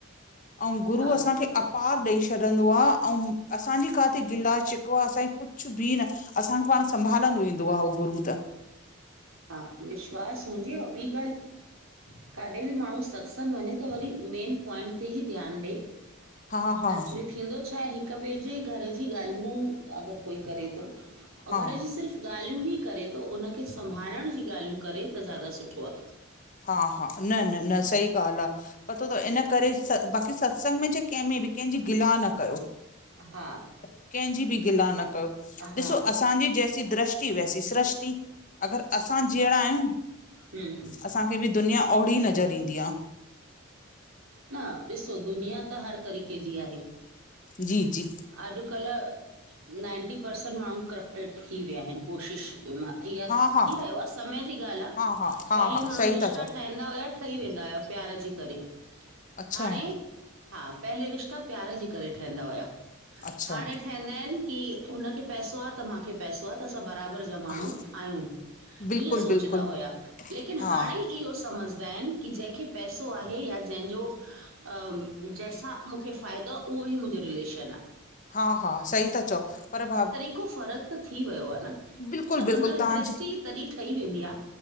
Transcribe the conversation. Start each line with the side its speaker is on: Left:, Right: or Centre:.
Left: अंउं गुरु
Right: हा
Left: असां खे अपार ॾई छॾंदो आ अंउं असांजी काथे गिला शिकवा असांजी कुछु बि न असांखे पांण संभालंदो वेंदो आ हो गुरू त
Right: हा विश्वास हुंजे अंउं ॿी ॻाल्हि काॾे बि माण्हूं सत्संग वंञें त वरी मेन प्वाइंट ते ही ध्यान ॾे
Left: हा हा
Right: एक्चुली थींदो छा हे हिक ॿिए जे घर जी ॻाल्हियूं अगरि कोई करे तो अंउं
Left: हा
Right: घर जी सिर्फ़ ॻाल्हियूं ही करे तो, उनखे संभालण जी ॻाल्हियूं करे त ज्यादा सुठो आ
Left: हा हा न न न सही ॻाल्हि आ पतो तव इन्ह करे बाक़ी सत्संग में चाए कंहिंमें बि कंहिंजी गिल्हा न कयो
Right: हा।
Left: कंहिंजी बि गिल्हा न कयो। ॾिसो
Right: हा
Left: असांजी जैसी दृष्टि वैसी सृष्टि अगरि असां जहिड़ा आहियूं
Right: हु हुं
Left: असांखे बि दुनिया ओड़ी नज़र ईंदी आ
Right: न ॾिसो दुनिया त हर तरीक़े जी आहे
Left: जी -जी
Right: ऐं अॼुकल्ह नाइंटी परसेंट माण्हूं करप्ट टेड थी विया हिनि कोशिशि कि मां इह्या थी
Left: हा हा
Right: रहियो आ समय जी ॻाल्हि आ
Left: हा हा हा
Right: पहिले
Left: हा
Right: माण्हूं
Left: सही
Right: रिश्ता
Left: ता चओ
Right: ठहंदा हुया ठही वेंदा हुया प्यार जे करे,
Left: अच्छा
Right: हाणें हा पहिले रिश्ता प्यार जे करे ठहिंदा हुया
Left: अच्छा
Right: हाणें ठंहिंदा इनि की हुन खे पैसो आ त माखे पैसो आ असां त बराबरि जा माण्हूं
Left: हा
Right: आहियूं
Left: बिल्कुलु
Right: ईअं सोचदा
Left: बिल्कुलु
Right: हुया लेकिन
Left: हा
Right: हाणे इह्यो समझदा इनि की जंहिंखे पैसो आहे या जंहिंजो अं जंहिंसां मूंखे फ़ायदो आ उहोई मुंजो रिलेशन आ
Left: हा हा सही ता चओ पर भाभी
Right: पको फ़र्क त थी वयो आ न
Left: बिल्कुलु
Right: त
Left: बिल्कुलु
Right: उन
Left: तव्हांजी
Right: दृष्टि तॾीहिं ठही वेंदी आ